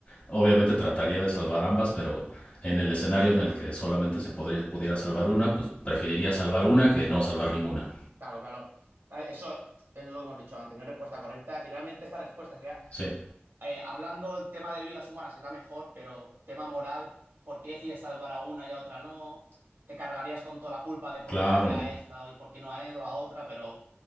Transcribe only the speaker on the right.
Claro, claro. Ah, Eso es lo que hemos dicho antes, no hay respuesta correcta. Y realmente esta respuesta sería,
eh, hablando del tema de vidas humanas, es la mejor, pero tema moral, ¿por qué decides salvar a una y a otra no? Te cargarías con toda la culpa de por
qué salvé a esta y por qué no a él o a otra, pero,